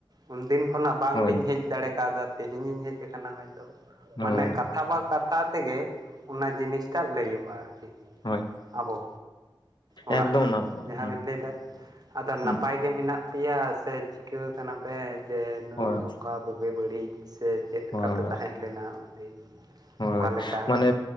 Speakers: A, on the right; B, on the left.
A: ᱩᱱᱫᱤᱱ ᱠᱷᱚᱱᱟᱜ ᱵᱟᱝᱞᱤᱧ
B: ᱦᱳᱭ
A: ᱦᱮᱡ ᱫᱟᱲᱮ ᱠᱟᱣᱫᱟ ᱛᱮᱦᱮᱧᱤᱧ ᱦᱮᱡ ᱟᱠᱟᱱᱟ ᱦᱚᱭᱛᱳ
B: ᱦᱳᱭ
A: ᱢᱟᱱᱮ ᱠᱟᱛᱷᱟ ᱵᱟ ᱠᱟᱛᱷᱟ ᱛᱮᱜᱮ ᱚᱱᱟ ᱡᱤᱱᱤᱥᱴᱟᱜ ᱞᱟᱹᱭᱟᱹᱜ-ᱟ ᱟᱨᱠᱤ
B: ᱦᱳᱭ
A: ᱟᱵᱚ ᱚᱲᱟᱜ
B: ᱮᱠᱫᱚᱢ
A: ᱫᱚ
B: ᱱᱟᱯᱟᱭ
A: ᱡᱟᱦᱟᱸ
B: ᱦᱩᱸ
A: ᱵᱤᱱ ᱞᱟᱹᱭᱫᱟ ᱟᱫᱚ
B: ᱦᱩᱸ
A: ᱱᱟᱯᱟᱭ ᱜᱮ ᱢᱮᱱᱟᱜ ᱯᱮᱭᱟ ᱥᱮ ᱪᱤᱠᱟᱹ ᱠᱟᱱᱟ ᱯᱮ ᱡᱮ ᱱᱩᱭ
B: ᱦᱳᱭ
A: ᱱᱚᱝᱠᱟ ᱵᱩᱜᱤ ᱵᱟᱹᱲᱤᱡ ᱥᱮ ᱪᱮᱫ ᱞᱮᱠᱟ
B: ᱦᱳᱭ
A: ᱯᱮ ᱛᱟᱦᱮᱸ ᱞᱮᱱᱟ ᱩᱱᱫᱤᱱ
B: ᱦᱳᱭ
A: ᱚᱠᱟᱞᱮᱠᱟ
B: ᱢᱟᱱᱮ